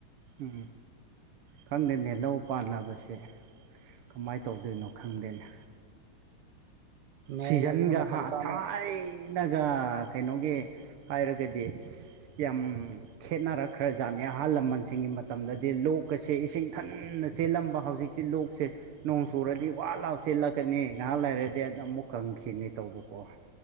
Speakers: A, on the right (about 85°); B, on the right (about 65°).
A: ꯎ ꯈꯪꯗꯦꯅꯦ ꯂꯧ ꯄꯥꯟꯅꯕꯁꯦ ꯀꯃꯥꯏꯅ ꯇꯧꯗꯣꯏꯅꯣ ꯈꯪꯗꯦꯅꯦ
B: ꯅꯣꯡ
A: ꯁꯤꯖꯟꯒ
B: ꯑꯁꯤꯅ ꯃꯇꯝ ꯆꯥꯅ
A: ꯊꯥꯏꯅꯒ ꯀꯩꯅꯣꯒꯤ ꯍꯥꯏꯔꯒꯗꯤ ꯌꯥꯝ ꯈꯦꯠꯅꯔꯛꯈ꯭ꯔꯖꯥꯠꯅꯤ ꯑꯍꯜ ꯂꯃꯟꯁꯤꯡꯒꯤ ꯃꯇꯝꯗꯗꯤ ꯂꯣꯛꯀꯁꯦ ꯏꯁꯤꯡ ꯊꯟꯅ ꯆꯦꯜꯂꯝꯕ ꯍꯧꯖꯤꯛ ꯇꯤꯜꯂꯣꯛꯁꯦ ꯅꯣꯡ ꯆꯨꯔꯗꯤ ꯋꯥ ꯂꯥꯎ ꯆꯦꯜꯂꯛꯀꯅꯤ ꯉꯥꯏꯍꯥꯛ ꯂꯩꯔꯗꯤ ꯑ ꯑꯃꯨꯛ ꯀꯪꯁꯤꯅꯤ ꯇꯧꯕꯀꯣ